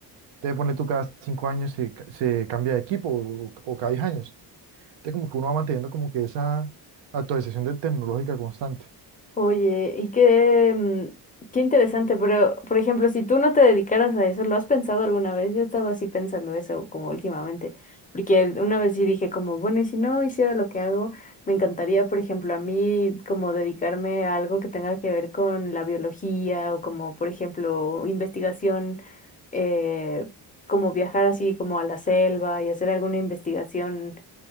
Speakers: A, on the right; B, on the left.
A: Entonces ponle tú cada cinco años se, ca- se cambia de equipo o, o cada diez años. Entonces como que uno va manteniendo como que esa actualización de tecnológica constante.
B: Oye, y qué, mm, qué interesante, pero por ejemplo, si tú no te dedicaras a eso, ¿lo has pensado alguna vez? Yo he estado así pensando eso como últimamente, porque una vez sí dije como, bueno, y si no hiciera lo que hago, me encantaría, por ejemplo, a mí como dedicarme a algo que tenga que ver con la biología o como, por ejemplo, investigación, eh, como viajar así como a la selva y hacer alguna investigación